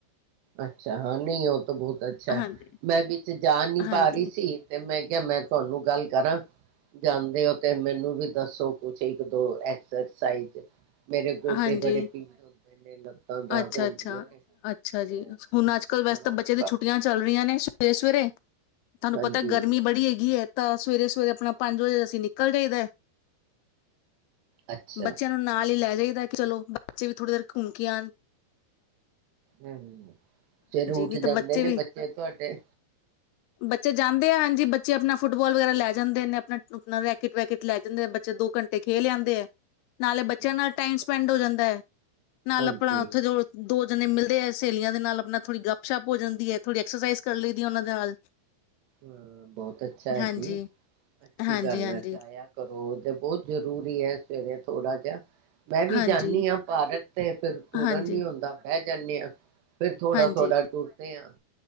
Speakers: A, on the right; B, on the left.
A: ਅੱਛਾ ਹਾਂ, ਨਹੀਂ ਔ ਤਾਂ ਬਹੁਤ ਅੱਛਾ।
B: ਹਾਂਜੀ
A: ਮੈਂ ਵਿੱਚ ਜਾ ਨਹੀ
B: ਹਾਂਜੀ
A: ਪਾ ਰਹੀ ਸੀ ਤੇ ਮੈਂ ਮੈਂ ਤੁਹਾਨੂੰ ਗੱਲ ਕਰਾਂ। ਜਾਂਦੇ ਹੋ ਤੇ ਮੈਨੂੰ ਵੀ ਦੱਸੋ ਕੁਛ ਇੱਕ ਦੋ ਐਕਸਰਸਾਈਜ਼। ਮੇਰੇ ਗੋਡੇ
B: ਹਾਂਜੀ
A: ਬੜੇ ਪੀੜ ਹੁੰਦੇ ਨੇ ਲੱਤਾਂ ਦਰਦ
B: ਅੱਛਾ
A: ਹੁੰਦੀਆਂ
B: ਅੱਛਾ
A: ਨੇ।
B: ਅੱਛਾ ਜੀ,
A: ਤੇ
B: ਹੁਣ ਅੱਜ ਕੱਲ ਵੈਸੇ
A: ਬੜਾ
B: ਤਾਂ
A: ਔਖਾ
B: ਬੱਚੇ ਦੀ ਛੁੱਟੀਆਂ ਚੱਲ ਰਹੀਆਂ ਨੇ ਸਵੇਰੇ ਤੁਹਾਨੂੰ
A: ਹਾਂਜੀ
B: ਪਤਾ ਗਰਮੀ ਬੜੀ ਹੈਗੀ ਐ। ਤਾਂ ਸਵੇਰੇ ਸਵੇਰੇ ਆਪਣਾ ਪੰਜ ਵਜੇ ਅਸੀਂ ਨਿਕਲ ਜਾਈਦਾ।
A: ਅੱਛਾ
B: ਬੱਚਿਆਂ ਨੂੰ ਨਾਲ ਹੀ ਲੈ ਜਾੲ ਚਲੋ ਬੱਚੇ ਵੀ ਥੋੜ੍ਹੀ ਦੇਰ ਘੁੰਮ ਕੇ ਆਣ।
A: ਹੁੰ, ਸਵੇਰੇ ਉਠ
B: ਨਹੀਂ ਤਾਂ
A: ਜਾਂਦੇ ਨੇ
B: ਵੀ
A: ਬੱਚੇ ਤੁਹਾਡੇ?
B: ਬੱਚੇ ਜਾਂਦੇ ਆ ਹਾਂਜੀ ਬੱਚੇ ਆਪਣਾ ਫੁੱਟਬਾਲ ਵਗੈਰਾ ਲੈ ਜਾਂਦੇ ਨੇ ਆਪਣਾ ਓਪਣਾ ਰੈਕਟ ਵੈਕਟ ਲੈ ਜਾਂਦੇ ਆ। ਬੱਚੇ ਦੋ ਘੰਟੇ ਖੇਲ ਏ ਆਦੇ ਐ। ਨਾਲੇ ਬੱਚਿਆਂ
A: ਬਹੁਤ
B: ਨਾਲ ਟਾਈਮ ਸਪ
A: ਅੱਛਾ
B: ਪਿੰਡ ਹੋ ਜਾਂਦਾ ਏ। ਨਾਲ
A: ਹਾਂਜੀ
B: ਆਪਣਾ ਐਥੇ ਜੋ ਦੋ ਜਣੇ ਮਿਲਦੇ ਏ। ਸਹੇਲੀਆਂ ਦੇ ਨਾਲ ਆਪਣਾ ਥੋੜੀ ਗੱਪ ਛਪ ਏ ਜਾਂਦੀ ਏ, ਥੋੜੀ ਐਕਸਰਸਾਈਜ਼ ਕਰ ਲਈ ਦੀ ਔਨਾ ਦੇ ਨਾਲ।
A: ਹਾਂ ਬਹੁਤ ਅੱਛਾ
B: ਹਾਂਜੀ
A: ਹੈ ਜੀ ਅੱਛੀ
B: ਹਾਂਜੀ
A: ਗੱਲ
B: ਹਾਂਜੀ
A: ਹੈ ਜਾਇਆ ਕਰੋ ਤੇ ਬਹੁਤ ਜ਼ਰੂਰੀ ਹੈ। ਵੇਰੇ ਥੋੜਾ ਜਿਹਾ ਮੈਂ ਵੀ
B: ਹਾਂਜੀ
A: ਜਾਨੀ ਹਾਂ ਭਾਰਤ ਤੇ ਫਿਰ ਟੂਰਨ
B: ਹਾਂਜੀ
A: ਨੀ ਹੁੰਦਾ ਬੈ ਜਾਨੇ ਹਾਂ। ਫੇਰ ਥੋੜ੍ਹਾ-ਥੋੜ੍ਹਾ
B: ਹਾਂਜੀ
A: ਟੁਰਦੇ ਆ।